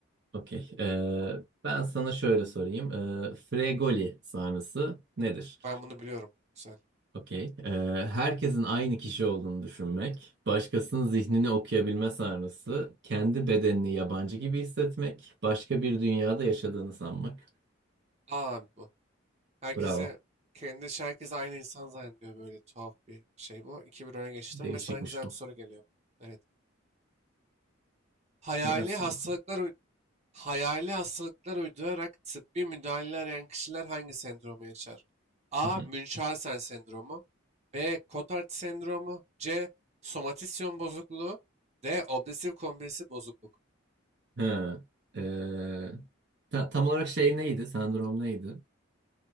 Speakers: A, on the right; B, on the right.
A: Okey. Ee, ben sana şöyle sorayım. Ee, Fregoli sarnısı nedir?
B: Ben bunu biliyorum. Güzel.
A: Okey. Ee, herkesin aynı kişi olduğunu düşünmek, başkasının zihnini okuyabilme sarnısı, kendi bedenini yabancı gibi hissetmek, başka bir dünyada yaşadığını sanmak.
B: Aa abi bu. Herkesi
A: Bravo.
B: kendi herkes aynı insan zannediyor böyle tuhaf bir şey bu. 2 bir öne geçtim
A: Değişikmiş
B: ve sana güzel
A: bu.
B: bir soru geliyor. Evet. Hayali
A: Gelsin
B: hastalıklar
A: bakalım.
B: Hayali hastalıklar uydurarak tıbbi müdahale arayan kişiler hangi sendromu yaşar? A.
A: Hı hı.
B: Münchhausen sendromu B. Cotard sendromu C. Somatisyon bozukluğu D. Obsesif kompulsif bozukluk
A: Ha, ee, ta- tam olarak şey neydi? Sendrom neydi?